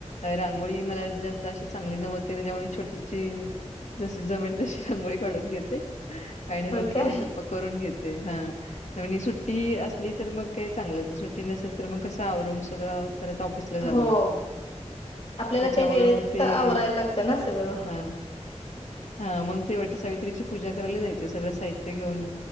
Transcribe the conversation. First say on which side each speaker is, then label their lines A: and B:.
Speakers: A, on the left; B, on the left.
A: रांगोळी मला जास्त अशी चांगली जमत नाई त्यामुळे छोटीशी जशी जमेल तशी रांगोळी काढून घेते, आणि मग
B: ओके
A: तो स्वयंपाक करून घेते. ते. हा म्हणजे सुट्टी असली तर, मग काय चांगलंच. सु्ट ट्टी नसेल, तर मग कसं आवरून सगळं परत ऑफिसला जावं
B: हो
A: लागतं.
B: आपल्याला
A: त्याच्यामुळं
B: त्या वेळेत
A: मग ते,
B: आवरायला लागतं ना सगळं
A: हा हा मग ते वट सावित्रीची पूजा करायला जायचे, सगळं साहित्य घेऊन.